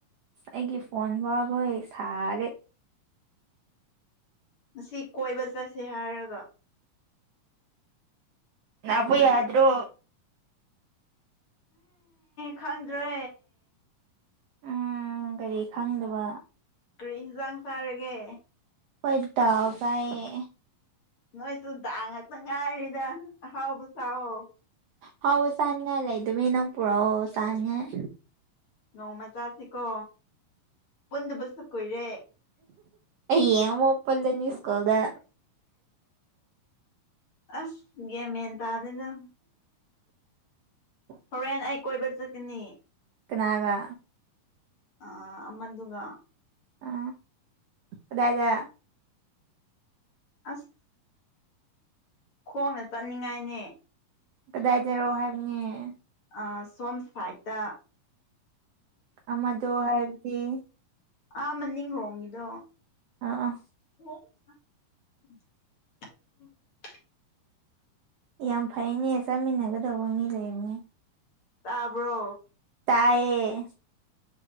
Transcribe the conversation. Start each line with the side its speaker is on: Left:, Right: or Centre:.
Right: ꯑꯩꯒꯤ ꯐꯣꯟ ꯐꯥꯎꯕꯣꯏ ꯁꯥꯔꯦ
Left: ꯉꯁꯤ ꯀꯣꯏꯕ ꯆꯠꯁꯦ ꯍꯥꯏꯔꯒ
Right: ꯅꯕꯨ ꯌꯥꯗ꯭ꯔꯣ
Left: ꯈꯪꯗ꯭ꯔꯦ
Right: ꯎꯝ ꯀꯔꯤ ꯈꯪꯗꯕ
Left: ꯀꯔꯤ ꯏꯟꯖꯥꯡ ꯆꯥꯔꯒꯦ
Right: ꯑꯣꯏꯣꯏꯗꯥ ꯀꯌꯦ
Left: ꯅꯣꯏꯁꯨ ꯇꯥꯡꯉꯛꯇ ꯉꯥꯏꯔꯤꯗ ꯑꯍꯥꯎꯕ ꯁꯥꯎꯑꯣ
Right: ꯍꯥꯎꯑꯣ ꯆꯥꯅꯤꯡꯉꯥꯏ ꯂꯩꯗꯃꯤ ꯅꯪ ꯄꯨꯔꯛꯑꯣ ꯆꯥꯅꯤꯡꯉꯥꯏ
Left: ꯅꯣꯡꯃꯆꯥꯁꯤꯀꯣ ꯄꯨꯟꯗꯕꯁꯨ ꯀꯨꯏꯔꯦ
Right: ꯌꯦꯡ ꯃꯨꯛ ꯄꯨꯜꯂꯅꯤ ꯁ꯭ꯀꯨꯜꯗ
Left: ꯑꯁ ꯒꯦꯃꯦꯟ ꯇꯥꯗꯦꯗ
Right: ꯍꯝ
Left: ꯍꯣꯔꯦꯟ ꯑꯩ ꯀꯣꯏꯕ ꯆꯠꯀꯅꯤ
Right: ꯀꯅꯥꯒ
Left: ꯑ ꯑꯃꯗꯨꯒ
Right: ꯑ ꯑꯗꯨꯗꯒ
Left: ꯑꯁ ꯈꯣꯡꯅ ꯆꯠꯅꯤꯡꯉꯥꯏꯅꯦ
Right: ꯀꯗꯥꯏꯗꯔꯣ ꯍꯥꯏꯕꯅꯦ
Left: ꯑ ꯁꯣꯝ ꯁꯥꯏꯠꯇ
Right: ꯑꯃꯗꯣ ꯍꯥꯏꯕꯗꯤ
Left: ꯑ ꯃꯅꯤꯡ ꯔꯣꯝ ꯒꯤꯗꯣ
Right: ꯑꯥ ꯑꯥ
Left: <unintelligible>
Right: ꯌꯥꯝ ꯐꯩꯅꯦ ꯆꯥꯃꯤꯟꯅꯒꯗꯧꯕ ꯃꯤ ꯂꯩꯕꯅꯦ
Left: ꯇꯥꯕ꯭ꯔꯣ
Right: ꯇꯥꯌꯦ